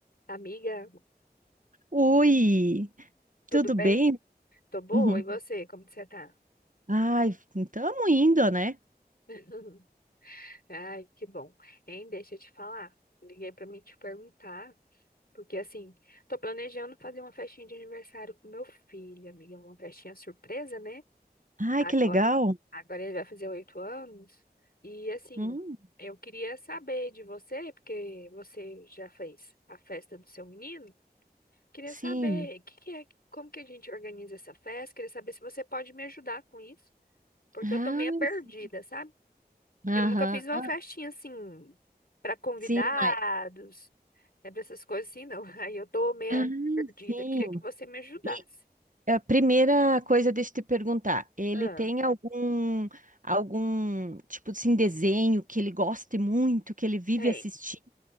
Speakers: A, on the left; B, on the right.
A: Amiga,
B: Oi,
A: tudo
B: tudo
A: bem?
B: bem?
A: Tô boa,
B: Uhum.
A: e você? Como que você tá?
B: Ai, estamos indo, né?
A: <laughs> Ai, que bom. Hein, deixa eu te falar. Liguei pra me te perguntar, porque assim, tô planejando fazer uma festinha de aniversário pro meu filho, amiga, uma festinha surpresa, né?
B: Ai,
A: Agora,
B: que legal.
A: agora ele vai fazer oito anos, e assim,
B: Hum,
A: eu queria saber de você, porque você já fez a festa do seu menino, queria
B: sim.
A: saber o que que é, como que a gente organiza essa festa, queria saber se você pode me ajudar com isso. porque
B: Ah,
A: eu tô meio perdida,
B: sim.
A: sabe?
B: Aham.
A: Eu Ah, nunca fiz uma festinha assim pra convidados,
B: Sim, mas.
A: né, para essas coisas assim, não. <laughs> Aí eu tô meio
B: Ah,
A: perdida.
B: sim.
A: Queria que você me ajudasse.
B: E a primeira coisa, deixa eu te perguntar: ele
A: ah,
B: tem algum, algum tipo assim, desenho que ele goste muito, que ele vive
A: tem.
B: assistindo?